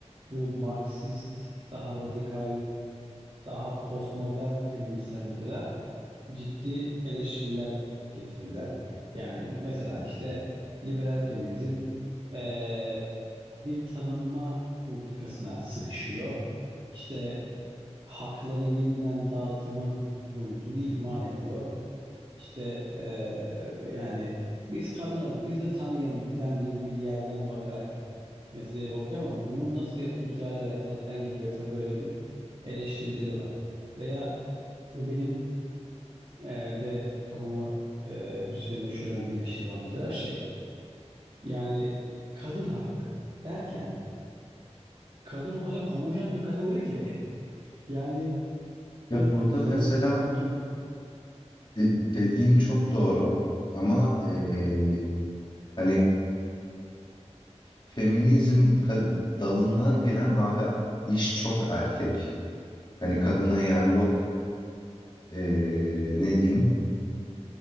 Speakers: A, on the right (about 50°); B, on the left (about 40°).
A: bu Marksist, daha radikal daha postmodern feministler mesela ciddi eleştiriler getirirler. Yani mesela işte liberal feminizm eee, bir tanınma politikasına sıkışıyor. İşte hakların yeniden dağıtımı boyutunu ihmal ediyor. İşte, eee, yani biz kadınız, biz de tanıyın filan gibi bir yerden bakarak meseleye bakıyor ama bunun nasıl yapılacağıyla alakalı filan gibi mesela böyle bir eleştirileri var. Veya benim, eee, de kafama, eee, bir süre meşgul eden bir eleştiri var mesela şey, yani kadın hakkı derken kadın o kadar homojen bir kategori ki <laughs> yani
B: Ya,
A: ırk,
B: burada
A: sınıf,
B: mesela
A: kültür
B: de dediğin çok doğru ama, eee, hani, feminizm ka dalından gelen abi iş çok erkek Hani kadına yer yok, eee, ne diyeyim,